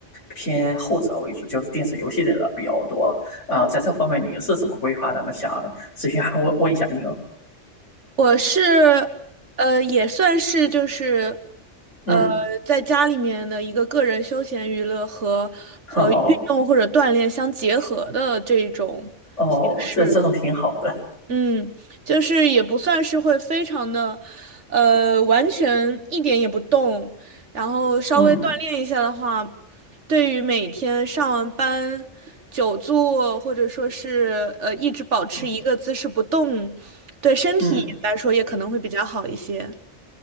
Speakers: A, on the left; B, on the right.
A: 偏后者为主，就是电子游戏类的比较多。呃，在这方面您是怎么规划的呢？想咨询问问一下您。
B: 我是，呃，也算是就是，
A: 嗯，
B: 呃，在家里面的一个个人休闲娱乐和和运动或者锻炼相结合的这种形式。
A: 好，哦，这这种挺好的。
B: 嗯，就是也不算是会非常的，呃，完全一点也不动，然后稍微锻炼一下的话，
A: 嗯
B: 对于每天上完班久坐或者说是呃一直保持一个姿势不动，
A: 嗯
B: 对身体来说也可能会比较好一些。
A: 嗯，